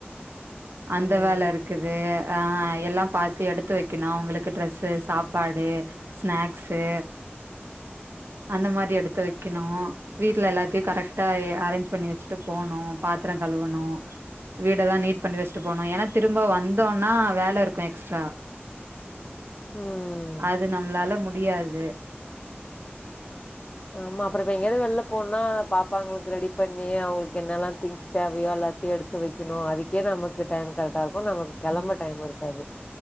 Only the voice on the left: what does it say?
ம்
ம்
ஆமா அப்புற இப்ப எங்கயாது வெள்ல போனா பாப்பாங்களுக்கு ரெடி பண்ணி அவ்ங்களுக்கு என்னெல்லா திங்ஸ் தேவையோ எல்லாத்தையு எடுத்து வெக்கணு அதுக்கே நமக்கு டைம் கரெக்டா இருக்கு நமக்கு கெளம்ப
டைம் இருக்காது